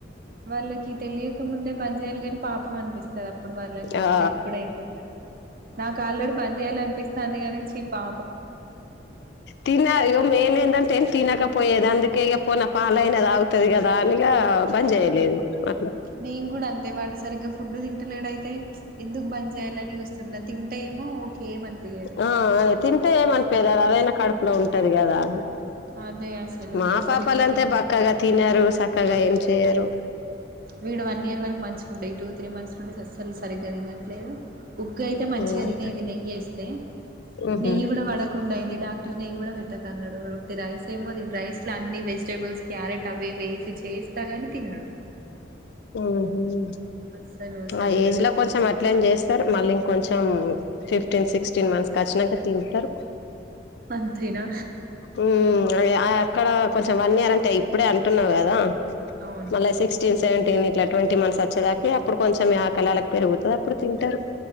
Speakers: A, on the right; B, on the left.
A: వాళ్ళకి తెలియకముందే బందచేయాలి కాని పాపం అనిపిస్ పిస్తది అప్పుడు వాళ్ళని చూస్తే
B: ఆ
A: ఇప్పుడే ఎందుక నాకు ఆల్రెడీ బంద్ చేయాలి అనిపిస్తుంది కాని చి పా
B: తినాలి మేన్ ఏంటంటే ఏం తినకపోయేది అందుకే ఇక పోనా పాలు అయిన తాగుతుంది కదా అనిగా బంద్ చేయలేదు అట్లా
A: నేను కూడా అంతే వాడు సరిగ్గా ఫుడ్ తిం ట్లేడాయితే ఎందుకు బంద్ చేయాలని చూస్తున్నా తింటే ఏమో ఏమనిపియది
B: ఆ అ తింటే ఎమ్ అనిపియ్యదు అదైనా కడుపులో ఉంటది కదా అని
A: అదే అసలు
B: మా
A: వీళ్ళు
B: పాపాలంతే
A: సరిగ్గా తిన్
B: బక్కగా తినారు సక్క కగా ఏం చెయరు
A: వీడు వన్ ఇయర్ వరకు మంచిగుండే ఈ టూ త్రీ మంత్స్ నుండి అస్సలు సరిగ్గా తినట్లేదు ఉగ్ అయితే మంచిగా
B: మ్మ్
A: తినేది నెయ్యి వేస్తే
B: ఊహూ
A: నెయ్యి కూడా వడకుండా అయింది డాక్ట ర్ నెయ్యి కూడా పెట్టకన్నాడు వొట్టి రైస్ ఏమో దీ రైస్ లో అన్ని వెజిటేబుల్స్ క్యారెట్ అవి ఇవి వేసి చేస్తా గాని తినడు
B: ఉహ్మ్
A: అస్సలు సరిగ్గా
B: ఆ ఏజ్
A: తినడు
B: లో కొంచెం అట్లనే చేస్తారు మళ్ళీ ఇంకొంచెం ఫిఫ్టీన్ సిక్స్టీన్ మంత్స్ క వచ్చాక తింటారు
A: అంతేనా
B: ఉమ్ అ అక్కడ కొంచెం వన్ ఇయర్ అంటే ఇప్పుడే అంటున్నావు కదా
A: అవును
B: మళ్ళా సిక్స్టీన్త్ సేవంటీన్ ఇట్లా ట్వంటీ మంత్స్ వచ్చేదాకి అప్పుడు కొంచెం ఆ ఆకలి పెరుగుతుంది అప్పుడు తింటారు